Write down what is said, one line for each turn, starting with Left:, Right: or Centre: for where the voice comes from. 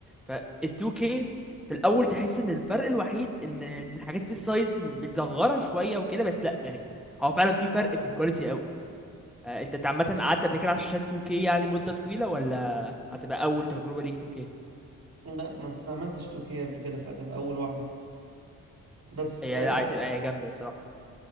Centre: فال 2K في الاول تحس ان الفرق الوحيد ان إن الحاجات دي السايز متزغره شويه وكده بس لا يعني هو فعلا في فرق في الكواليتي قوي آه، انت عامه قعدت قبل كده على الشاشات 2K يعني مده طويله ولا هتبقى اول تجربه ليك 2K
Right: لا ما استعملتش 2K قبل كده فهتبقى اول واحدة بس
Centre: هي
Right: اه
Centre: لا هتبقى هي جامده الصراحه